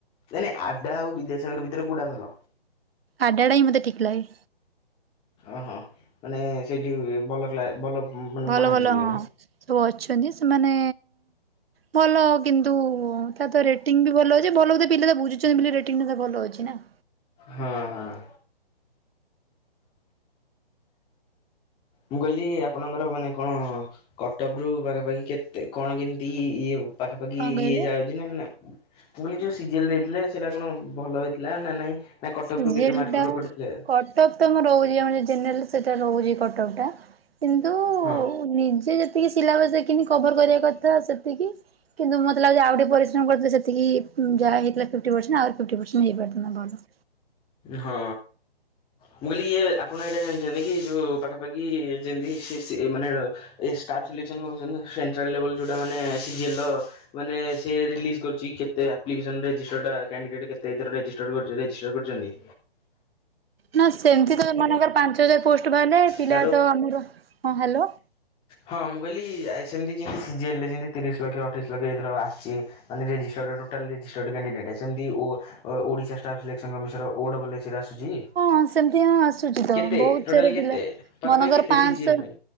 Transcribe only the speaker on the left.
ମାନେ ଆଡା ଆଉ ବିଦ୍ୟାସାଗର ଭିତରେ କଉଟା ଭଲ?
ଓହୋ ମାନେ ସେଇଠି ଭଲ କ୍ଲା ଭଲ ମାନେ
ପଢ଼ାନ୍ତି
ଟିକେ
ନୁହଁ
ହଁ ହଁ। ମୁଁ କହିଲି ଆପଣଙ୍କର ମାନେ କଣ କଟକ ରୁ ପାଖାପାଖି କେତେ କଣ କେମିତି ଇଏ ପାଖାପାଖି
ଇଏ ଯାଉଚିନା ନା। ପୁଣି ଯୋଉ ସି ଜି ଏଲ ଦେଇଥିଲେ ସେଇଟା କଣ ଭଲ ହେଇଥିଲା ନା ନାଇଁ। ନାଇଁ କଟକ
ରୁ କେତେ ମାର୍କଟ
କଟି ଥିଲା।
ହଁ
ହଁ। ମୁଁ କହିଲି ଇଏ ଆପଣ ଏଇଟା ଜାଣିଛନ୍ତି କି ଯେଉଁ ପାଖାପାଖି ଯେମିତି ସେ ସେ ମାନେ ଏ ଷ୍ଟାଫ୍ ସିଲେକ୍ସନ କମିସନ ନା ସେଣ୍ଟ୍ରାଲ୍ ଲେବଲ୍ ଯେଉଁଟା ମାନେ ସିଜିଏଲ୍ର ମାନେ ସେ ରିଲିଜ୍‌ କରୁଛି କେତେ ଆପ୍ଲିକେସନ ରେଜିଷ୍ଟର୍ଟା କ୍ୟାଣ୍ଡିଡେଟ୍ କେତେ ଏ ଇଥିରେ ରେଯିଷ୍ଟର୍ କରୁଛି ରେଜିଷ୍ଟର୍ କରୁଛନ୍ତି।
ହ୍ୟାଲୋ
ହଁ ମୁଁ କହିଲି ସେମତି ଯିମିତି ସି ଜି ଏ ଲ ରେ ଯେମିତି ତିରିଶ ଲକ୍ଷ ଅଠେଇଶ ଲକ୍ଷ ଏଥିର ଆସିଛି। ମାନେ ରେଜିଷ୍ଟର ଟୋଟାଲ୍ ରେଜିଷ୍ଟର୍ଡ କ୍ଯଣ୍ଡିଡେଟ୍ ସେମତି Odisha staff selection ମିସର O double AC ର ଆସୁଛି।
କେତେ
ଟୋଟାଲ୍
କେତେ
ପାଖାପାଖି
କେତେ
ସିଜିଏଲ୍ ପାଇଁ